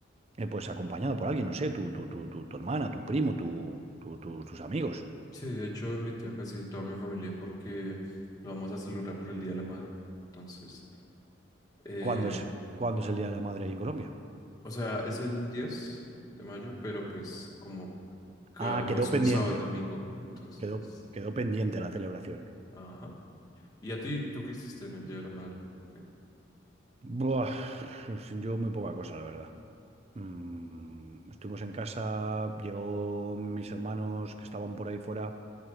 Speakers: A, on the right (about 30°); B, on the left (about 20°).
A: eh, pues acompañado por alguien, no sé, tu, tu, tu, tu, tu hermana, tu primo, tu, tu- tu- tus amigos.
B: sí, de hecho invité a casi toda mi familia porque lo vamos a celebrar por el Día de la Madre. Entonces, eh,
A: ¿Cuándo es, cuándo es el Día de la Madre ahí en Colombia?
B: o sea, es el 10 de mayo, pero pues como como
A: Ah, quedó
B: es
A: pendiente,
B: un sábado y domingo, entonces,
A: quedó, quedó pendiente la celebración.
B: ajá. ¿Y a ti, tú qué hiciste en el Día de la Madre? Ok.
A: Buah, <sighs> yo muy poca cosa, la verdad. Mm, estuvimos en casa, llegó mis hermanos que estaban por ahí fuera.